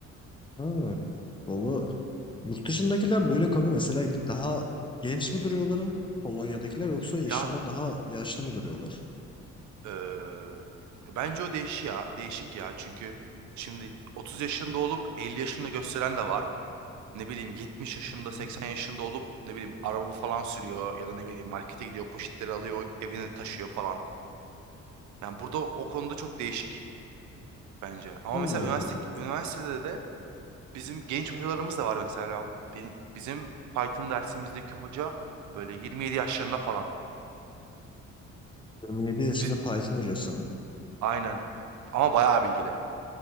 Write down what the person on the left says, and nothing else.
Ha, Valla yurt dışındakiler böyle kanka mesela daha genç mi duruyorlar Polonya'dakiler yoksa yaşından
daha yaşlı mı duruyorlar?
Hı
hı.
Allah
Allah.
27 yaşında
Python hocası mı?